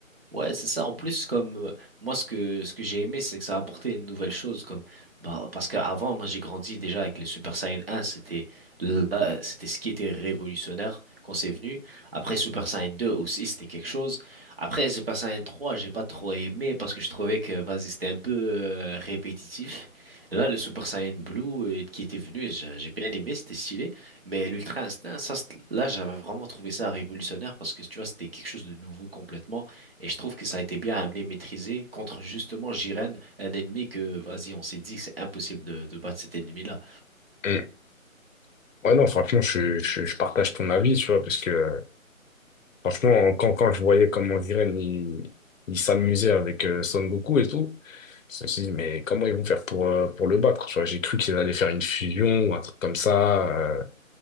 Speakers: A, on the right; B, on the left.
A: Ouais, c'est ça. En plus, comme euh, moi, ce que ce que j'ai aimé, c'est que ça a apporté une nouvelle chose, comme bah, parce qu'avant, moi, j'ai grandi déjà avec les Super Saiyan 1, c'était là, c'était ce qui était révolutionnaire quand c'est venu. Après, Super Saiyan 2 aussi, c'était quelque chose. Après, Super Saiyan 3, j'ai pas trop aimé parce que je trouvais que vas-y, c'était un peu euh, répétitif. Là, le Super Saiyan Blue euh, qui était venu, j'ai j'ai bien aimé, c'était stylé. Mais l'Ultra Instinct, ça, c't- là, j'avais vraiment trouvé ça révolutionnaire parce que tu vois, c'était quelque chose de nouveau complètement. Et je trouve que ça a été bien amené, maîtrisé contre justement Jiren, un ennemi que, vas-y, on s'est dit que c'est impossible de, de battre cet ennemi-là.
B: Mm, Ouais, non, franchement, je, je, je partage ton avis, tu vois, parce que euh, franchement, quand, quand je voyais comment Jiren, il, il s'amusait avec euh, Son Goku et tout, je me suis dit, mais comment ils vont faire pour, euh, pour le battre, tu vois, j'ai cru qu'ils allaient faire une fusion ou un truc comme ça, euh,